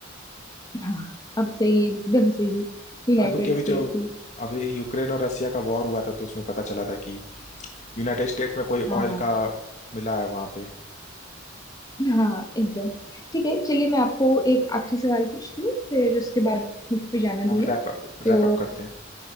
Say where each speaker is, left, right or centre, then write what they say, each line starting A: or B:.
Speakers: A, on the left (about 20°); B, on the left (about 35°).
A: सा हाँ अब सही एकदम सही यूनाइटेड
B: हाँ क्योंकि अभी
A: स्टेट्स
B: जो
A: ही
B: अभी यूक्रेन और रसिया का वॉर हुआ था तो उसमें पता चला था कि यूनाइटेड स्टेट में कोई
A: हाँ
B: ऑयल का मिला है वहां पे
A: हाँ एकदम ठीक है चलिए मैं आपको एक आखिरी सवाल पूछती हूँ फिर उसके बाद मेरे को जाना
B: हाँ,
A: भी है
B: रैप अप
A: तो
B: रैप अप करते हैं